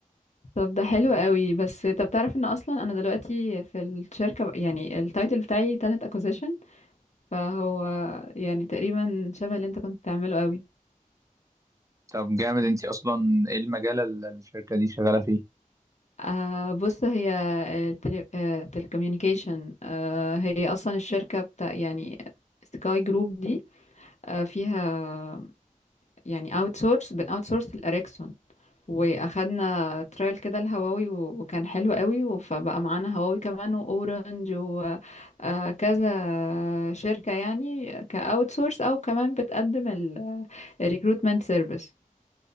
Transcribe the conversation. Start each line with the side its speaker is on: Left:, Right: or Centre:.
Left: طب ده حلو قوي بس طب تعرف ان اصلا انا دلوقتي في الشركة بق- يعني التايتل بتاعي talent acquisition فهو يعني تقريبا شبه اللي انت كنت بتعمله قوي
Right: طب جامد انت اصلا ايه المجال اللي الشركه دي شغاله فيه
Left: آه بص هي التلي... آه telecommunication آه هي اصلا الشركة بتاع يعني سكاي جروب دي آه فيها يعني اوت سورس بن اوت سورس الاريكسون واخدنا ترايل كده الهواوي و- وكان حلو قوي و- فبقى معانا هواوي كمان واورنج وكذا شركة يعني كاوت سورس او كمان بتقدم الريكروتمنت سيرفيس